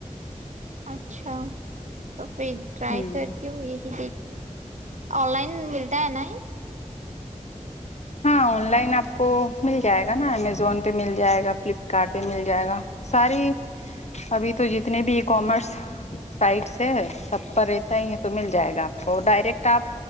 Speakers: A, on the right (about 65°); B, on the left (about 60°).
A: اچھا اچھا تو پھر ٹرائی
B: ہ
A: کرتی ہوں یہی دیکھتی آن لائن ملتا ہے ن
B: ہاں آن لائن آپ کو مل جائے گا نا امیزون پہ مل جائے گا فلپکارٹ پہ مل جائے گا ساری ابھی تو جتنے بھی ای کامرس سائٹس ہے سب پر رہس ہی یہ تو مل جائے گا آپ کو ڈائریکٹ آپ